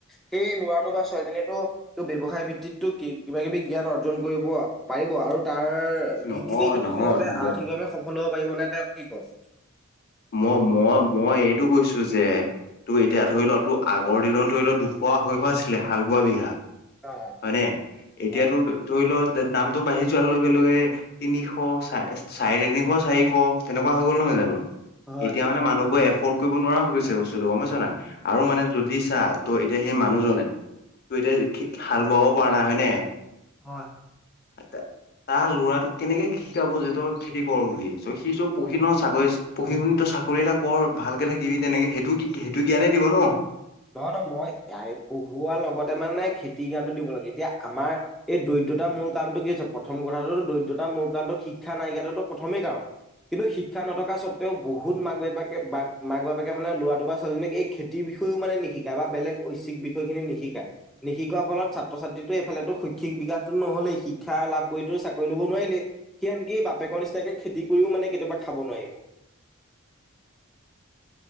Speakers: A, in the centre; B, on the left (about 45°).
A: সেই ল'ৰাটো বা ছোৱালীজনীটো তো ব্যৱসায় ভিত্তিতটো কিবা কিবি জ্ঞান অৰ্জন কৰিব পাৰিব আৰু তাৰ
B: নহয়
A: ভিত্তিতে কিন্তু
B: নহয়
A: সিহঁতে আৰ্থিকভাৱে সফল হ'ব পাৰিব নে তেওঁ কি কয়?
B: ম-ম-মই এইটো কৈছোঁ যে তো এতিয়া ধৰি ল তো আগৰ দিনত ধৰি ল দুশ আঢ়ৈশ আছিলে হাল বোৱা বিঘা
A: অ'।
B: হয়নে, এতিয়াতো
A: হয়,
B: ধৰি লও দামটো বাঢ়ি যোৱাৰ লগে লগে তিনিশ চা-চাৰে তিনিশ চাৰিশ তেনেকুৱা হৈ গ'ল নহয় জানো।
A: হয়,
B: এতিয়া মানে মানুহবোৰে এফৰ্ড কৰিব নোৱাৰা হৈ গৈছে বস্তুটো গম পাইছা নাই আৰু মানে যদি চা ত' এতিয়া সেই মানুহজনে ত' এতিয়া হাল বোৱাব পৰা নাই হয়নে।
A: হয়
B: আটাা <inaudible> তাৰ ল'ৰা তোক কেনেকে শিকাব যে তই খেতি কৰ বুলি ত সি য পঢ়ি ন চাকৰি পঢ়ি শুনি তই চাকৰি এটা কৰ ভালকে থাকিবি তেনেকে হেটো কি হেটো জ্ঞানে দিব ন।
A: নহৈ নহৈ মই ইাৰে পঢ়োৱাৰ লগতে মানে খেতি জ্ঞানটো দিব লাগে এতিয়া আমাৰ এই দৰিদ্ৰতা মূল কাৰণটো কি আছে প্ৰথম কথাটোতো দৰিদ্ৰতা মূল কাৰণটো শিক্ষা নাইকিয়াতটো প্ৰথমেই কাৰণ। কিন্তু শিক্ষা নথকা স্বত্ত্বেও বহুত মাক বাপে বা মাক বাপেকে মানে ল'ৰাটো বা ছোৱালীজনীক এই খেতিৰ বিষয়েও মানে নিশিকায় বা বেলেগ ঐশ্বিক বিষয় খিনি নিশিকায়। নিশিকোৱাৰ ফলত ছাত্ৰ ছাত্ৰীএইফালেটো শৈক্ষিক বিকাশতো নহলেই শিক্ষা লাভ কৰিটো চাকৰি লব নোৱাৰিলেই। সি আনকি বাপেকৰ নিচিনাকে খেতি কৰিও মানে কেতিয়াবা খাব নোৱাৰিব।